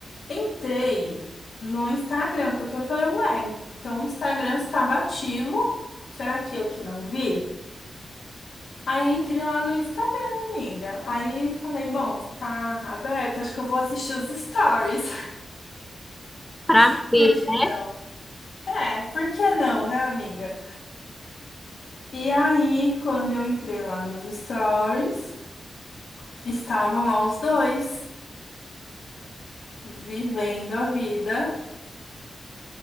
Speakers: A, on the left; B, in the centre.
A: entrei no Instagram, porque eu falei, ué, então o Instagram estava ativo. Será que eu que não vi? Aí entrei lá no Instagram, amiga. Aí falei, bom, tá aberto, acho que eu vou assistir os stories.
B: Pra
A: <laughs>
B: quê?
A: Por que
B: né?
A: não? É, por que não, né, amiga? E aí, quando eu entrei lá nos stories, estavam lá os dois, vivendo a vida,